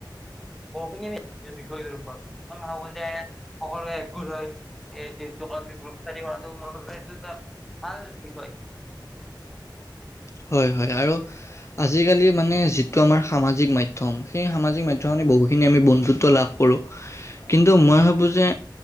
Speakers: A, in the centre; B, on the left.
A: বহুখিনি আমি যি বিষয়টোৰ ওপৰত মই ভাবো যে সকলোৱে একগোট হৈ- সেই কৰাটো কৰাতকে গ্ৰুপ ষ্টাডী কৰাটো এটা ভাল বিষয়।
B: হয়-হয়। আৰু- আজিকালি মানে যিটো আমাৰ সামাজিক মাধ্যম সেই সামাজিক মাধ্যমত বহুখিনি আমি বন্ধুত্ব লাভ কৰোঁ। কিন্তু মই ভাবো যে